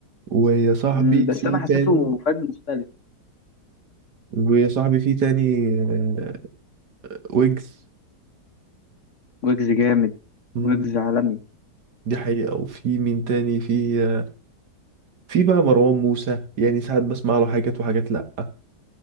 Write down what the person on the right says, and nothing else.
ويا صاحبي
في
تاني
ويا صاحبي في تاني آه، ويجز
مم،
دي حقيقة وفي مين تاني في آه، في بقى مروان موسى يعني ساعات بسمع له حاجات وحاجات لأ